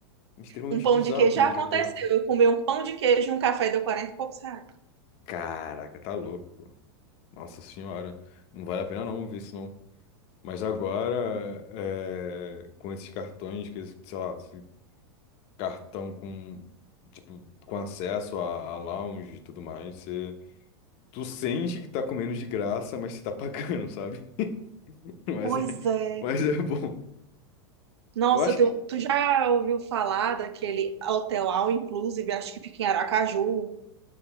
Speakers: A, on the left; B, on the right.
A: Extremamente
B: Um pão
A: bizarro
B: de queijo
A: a comida
B: já aconteceu.
A: de aeroporto.
B: Eu comi um pão de queijo e um café e deu 40 e poucos reais.
A: Caraca, tá louco. Nossa senhora. Não vale a pena não ver isso não. Mas agora, é, com esses cartões, com esse, sei lá, esse cartão com, tipo, com acesso a, a lounge e tudo mais, você, tu sente que tá comendo de graça, mas você tá pagando, <laughs> sabe? <laughs> Mas
B: Pois
A: é,
B: é.
A: mas é bom.
B: Nossa,
A: Eu acho
B: eu tenho-
A: que.
B: tu já ouviu falar daquele hotel all inclusive, acho que fica em Aracaju,